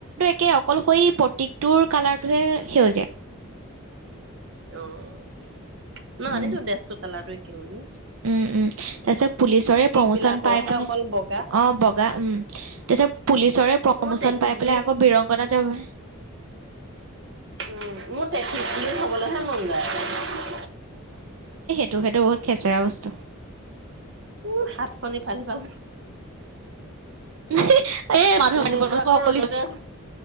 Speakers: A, on the right (about 75°); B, on the right (about 60°).
A: কে অকল সেই প্ৰতীকটোৰ কালাৰটোহে সেউজীয়া
B: অ অ ন
A: উম
B: আনিছো ড্ৰেছটো কালাৰটো কিনি
A: উম উম তাৰ পিছত পুলিচৰে প্ৰমোচন
B: বিলাকৰহে
A: পাই পেলাই
B: অকল বগা
A: অ বগা উম তাৰ পিছত পুলিচৰে প্ৰমোচন
B: মই ট্ৰেফিক
A: পাই পেলাই
B: বুলি
A: আকৌ বিৰংগনাত যাব
B: উ মোৰ ট্ৰেফিক পুলিচ হবলৈহে মন যায়।
A: ত সেইটো বহুত খেচেৰা বস্তু
B: উম, হাতখন ইফাল সিফাল
A: <unintelligible> এ মানুহ
B: দিনটো
A: থাক
B: আকৌ ৰ'দতে